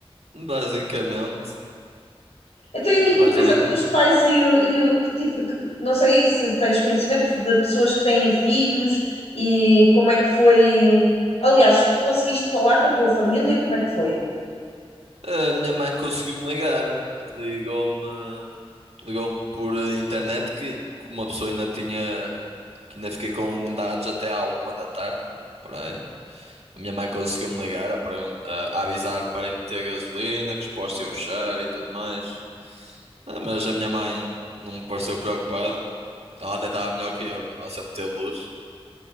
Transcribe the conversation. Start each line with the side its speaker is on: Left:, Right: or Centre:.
Right: Basicamente.
Left: Então, e,
Right: Foi mais
Left: e, por exemplo,
Right: ou menos.
Left: os pais e, o- e o que tive, que- não sei se tens conhecimento de pessoas que têm filhos e como é que foi. Aliás, conseguiste falar com a tua família? Como é que foi?
Right: A minha mãe conseguiu-me ligar. Ligou-me, ligou-me por internet que, que uma pessoa ainda tinha, que ainda fiquei com dados até à uma da tarde. Por aí. A minha mãe conseguiu-me ligar a, pergun- a- a avisar para ir meter gasolina, que os postos iam fechar e tudo mais. Ah, mas a minha mãe não me pareceu preocupada. Ela até estava melhor que eu, ela sempre teve luz.